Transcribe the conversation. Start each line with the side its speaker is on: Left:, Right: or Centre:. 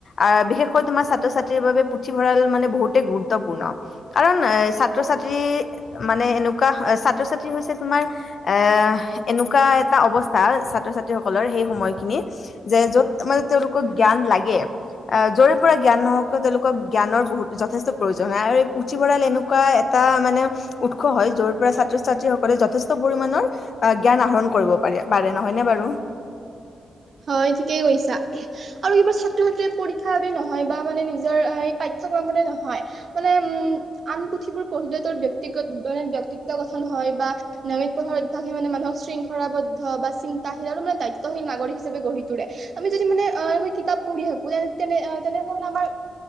Left: আহ বিশেষকৈ তোমাৰ ছাত্ৰ-ছাত্ৰীৰ বাবে পুথিভঁৰাল মানে বহুতেই গুৰুত্বপূৰ্ণ কাৰণ এ চাত ছাত্ৰ-ছাত্ৰী মানে এনেকুৱা ছাত্ৰ-ছাত্ৰী হৈছে তোমাৰ এ এনেকুৱা এটা অৱস্থা ছাত্ৰ-ছাত্ৰীসকলৰ সেই সময়খিনি যে য'ত মানে তেওঁলোকক জ্ঞান লাগে আহ য'ৰে পৰা জ্ঞান নহওকিয় তেওঁলোকক জ্ঞানৰ বহুত যথেষ্ট প্ৰয়োজন হয় আৰু এই পুথিভঁৰাল এনেকুৱা এটা মানে উৎস হয় য'ৰ পৰা ছাত্ৰ-ছাত্ৰীসকলে যথেষ্ট পৰিমাণৰ অ জ্ঞান আহৰণ কৰিব পাৰে, পাৰে নহয়নে বাৰু?
Right: হয় ঠিকেই কৈছা, আৰু কিবা ছা ত্ৰ ছাত্ৰীয়ে পৰীক্ষাৰ বাবে নহয় বা নিজৰ এই পাঠ্যক্ৰমৰে নহয় মানে উম আন পুথিবোৰ পঢ়িলে তৰ ব্যক্তিগত মানে ব্যক্তিত্ব গঠন হয় বা নিয়মিত পঢ়াৰ অভ্যাসে মানে মানুহক শৃংখ খলাবদ্ধ বা চিন্তাশিল আৰু মানে দায়িত্বিশিল নাগৰিক হিচাপ গঢ়ি তোৰে। আমি যদি মানে আ এনেকৈ কিতাপ পঢ়ি থাকো তে তেনে আ তেনেহ'লে মানে আমাৰ